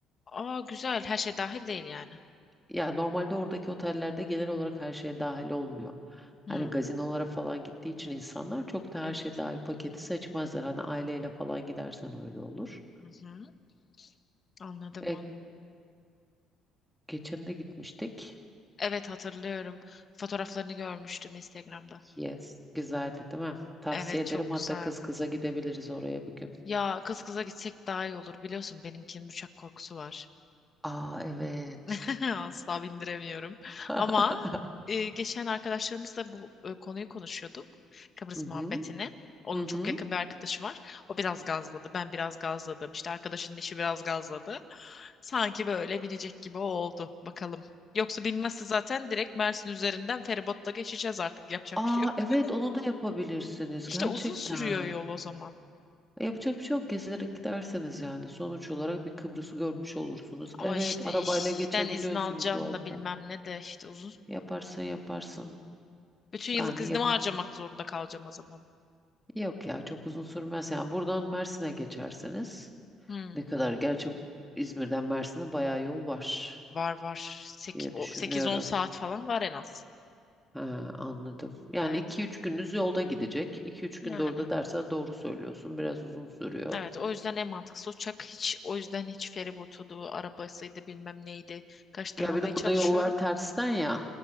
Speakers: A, on the left; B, in the centre.
A: Aa, güzel. Her şey dahil değil yani.
B: Yani normalde oradaki otellerde genel olarak her şeye dahil olmuyor.
A: Hı,
B: Hani gazinolara falan gittiği için insanlar çok da
A: evet.
B: her şey dahil paketi seçmezler. Hani aileyle falan gidersen öyle olur.
A: Hı hı. Anladım.
B: E,
A: an-
B: geçen de gitmiştik.
A: Evet hatırlıyorum. Fotoğraflarını görmüştüm Instagram'da.
B: Yes. Güzeldi değil mi? Tavsiye
A: Evet
B: ederim.
A: çok
B: Hatta
A: güzeldi.
B: kız kıza gidebiliriz oraya bir gün.
A: Ya kız kıza gitsek daha iyi olur biliyorsun benimkinin uçak korkusu var.
B: Aa evet.
A: <laughs> Asla bindiremiyorum.
B: <laughs>
A: Ama e, geçen arkadaşlarımızla bu e, konuyu konuşuyorduk. Kıbrıs
B: Hı hı.
A: muhabbetini. Onun
B: Hı hı.
A: çok yakın bir arkadaşı var. O biraz gazladı. Ben biraz gazladım. İşte arkadaşının eşi biraz gazladı. Sanki böyle binecek gibi oldu. Bakalım. Yoksa binmezse zaten direkt Mersin üzerinden feribotla geçeceğiz artık. Yapacak
B: Aa
A: bir şey yok.
B: evet onu
A: <laughs>
B: da yapabilirsiniz
A: İşte
B: gerçekten.
A: uzun sürüyor yol o zaman.
B: E, Yapacak bir şey yok. Gezerek giderseniz yani. Sonuç olarak bir Kıbrıs'ı görmüş olursunuz.
A: Ama
B: Evet
A: işte
B: arabayla
A: işten
B: geçebiliyorsunuz
A: izin alacağını
B: orada.
A: da bilmem ne de işte uzun...
B: Yaparsın yaparsın.
A: Bütün yıllık
B: Yani
A: iznimi
B: yeter.
A: harcamak zorunda kalacağım o zaman.
B: Yok ya çok uzun sürmez. Yani buradan Mersin'e geçerseniz.
A: Hmm.
B: Ne kadar gerçi İzmir'den Mersin'e bayağı yol var
A: Var var. Sek-
B: diye
A: o-
B: düşünüyorum.
A: 8-10 saat falan var en az.
B: He, anladım. Yani
A: Evet.
B: 2-3 gününüz yolda gidecek. 2 üç
A: Yani.
B: günde orada dersen doğru söylüyorsun. Biraz uzun sürüyor.
A: Evet o yüzden en mantıklısı uçak. Hiç o yüzden hiç feribotudu, arabasıydı bilmem neydi. Kaçtırmamaya
B: Ya bir de
A: çalışıyorum.
B: orada yollar tersten ya.